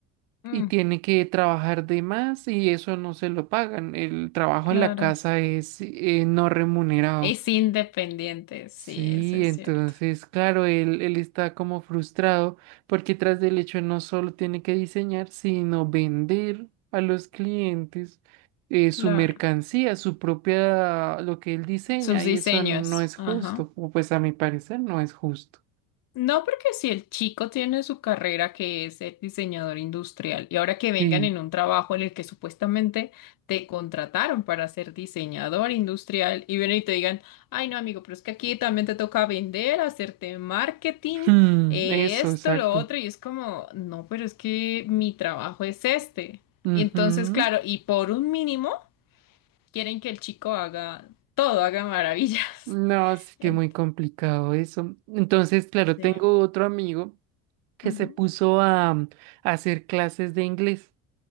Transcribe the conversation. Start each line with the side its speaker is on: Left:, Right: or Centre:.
Left: Mm,
Right: y tiene que trabajar de más y eso no se lo pagan. El trabajo
Left: claro.
Right: en la casa es eh, no remunerado.
Left: Es independiente, sí,
Right: Sí,
Left: eso es
Right: entonces,
Left: cierto.
Right: claro, él, él está como frustrado porque tras del hecho no solo tiene que diseñar, sino vender a los clientes eh,
Left: Claro.
Right: su mercancía, su propia, lo que él diseña,
Left: Sus diseños.
Right: y eso no es
Left: Ajá.
Right: justo, o pues a mi parecer no es justo.
Left: No, porque si el chico tiene su carrera que es el diseñador industrial y ahora que vengan
Right: Sí,
Left: en un trabajo en el que supuestamente te contrataron para ser diseñador industrial y vienen y te digan, ay no amigo, pero es que aquí también te toca vender, hacerte marketing,
Right: Hmm,
Left: eh,
Right: eso,
Left: esto,
Right: exacto.
Left: lo otro, y es como, no, pero es que mi trabajo es este.
Right: Ujú.
Left: Y entonces, claro, y por un mínimo quieren que el chico haga todo, haga maravillas.
Right: No,
Left: <laughs>
Right: es que
Left: Ent-
Right: muy complicado eso. Entonces, claro,
Left: sí.
Right: tengo otro amigo que
Left: Ujú.
Right: se puso a a hacer clases de inglés.